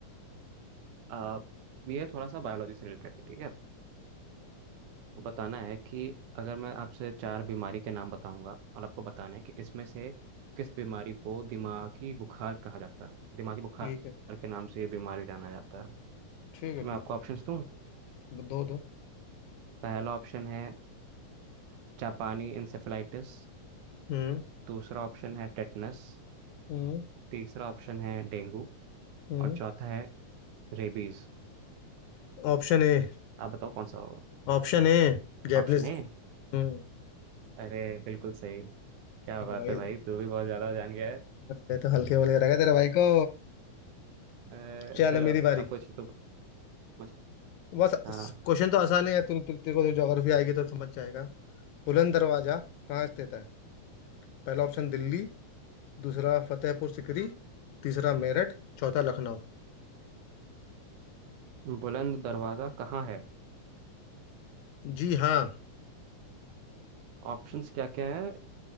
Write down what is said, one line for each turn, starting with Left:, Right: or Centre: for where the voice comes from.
Right: अ, ये थोड़ा सा बायोलॉजी से रिलेटेड है ठीक है बताना है कि अगर मैं आपसे चार बीमारी के नाम बताऊंगा और आपको बताना है कि इसमें से किस बीमारी को दिमागी बुखार कहा जाता है दिमागी बुखार
Left: ठीक है
Right: के नाम से ये बीमारी जाना जाता है
Left: ठीक है
Right: तो मैं
Left: ठीक
Right: आपको
Left: है
Right: ऑप्शंस दूं
Left: दो दो
Right: पहला ऑप्शन है जापानी इंसेफेलाइटिस
Left: हम्म
Right: दूसरा ऑप्शन है टेटनस
Left: हम्म
Right: तीसरा ऑप्शन है डेंगू
Left: हम्म
Right: और चौथा है रेबीज
Left: Option A
Right: आप बताओ कौन सा होगा
Left: Option A Japanese
Right: Option A
Left: हम्म
Right: अरे बिल्कुल सही क्या
Left: भाई
Right: बात है भाई तू भी बहुत ज्यादा जान गया
Left: ये तो हल्के वाले रहेगा तेरे भाई को
Right: है
Left: चल
Right: अ, चलो
Left: मेरी बारी
Right: अब पूछ तो पूछ
Left: बस
Right: हाँ
Left: क्वेश्चन तो आसान है तू तु, तेरे को ज्योग्राफी आएगी तो समझ जाएगा बुलंद दरवाजा कहाँ स्थित है पहला ऑप्शन दिल्ली दूसरा फतेहपुर सिकरी तीसरा मेरठ चौथा लखनऊ
Right: बुलंद दरवाज़ा कहाँ है
Left: जी हाँ
Right: ऑप्शंस क्या क्या है